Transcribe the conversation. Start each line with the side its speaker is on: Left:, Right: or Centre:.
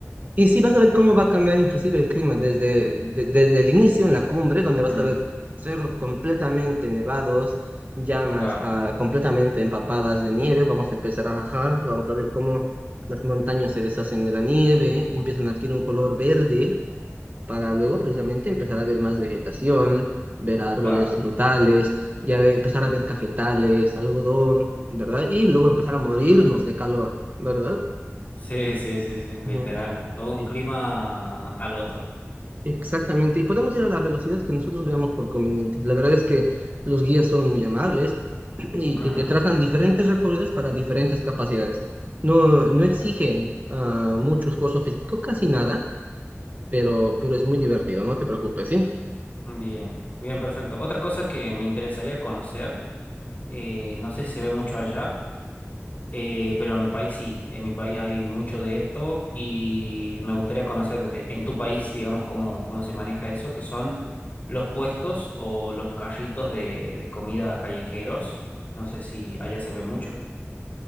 Right: Y sí, vas a ver cómo va a cambiar inclusive el clima desde, de- desde el inicio en la cumbre, donde vas
Left: Mm,
Right: a ver cerros completamente nevados, llamas
Left: claro,
Right: ah, completamente empapadas de nieve, vamos a empezar a bajar, vamos a ver cómo las montañas se deshacen de la nieve, empiezan a adquirir un color verde para luego precisamente empezar a ver más vegetación, ver árboles
Left: claro.
Right: frutales, ya ve- empezar a ver cafetales, algodón, ¿verdad? Y luego empezar a morirnos
Left: Mm,
Right: de calor, ¿verdad?
Left: sí, sí, sí, sí, literal.
Right: Ujú,
Left: O de un
Right: sí,
Left: clima al otro.
Right: exactamente. Y podemos ir a la velocidad que nosotros veamos por conveniente. La verdad es que los guías son muy amables <clears throat> y
Left: Ujú.
Right: te, te trazan diferentes recorridos para diferentes capacidades. No, no
Left: Ah,
Right: exige
Left: bien.
Right: ah, mucho esfuerzo físico, casi nada, pero, pero es muy divertido, no te preocupes, ¿sí?
Left: Bien, bien, perfecto. Otra cosa que me interesaría conocer, eh, no sé si se ve mucho allá, Eh, pero en mi país sí, en mi país hay mucho de esto y me gustaría conocer de- en tu país, digamos, cómo, cómo se maneja eso, que son los puestos o los carritos de, de comida callejeros. No sé si allá se ve mucho.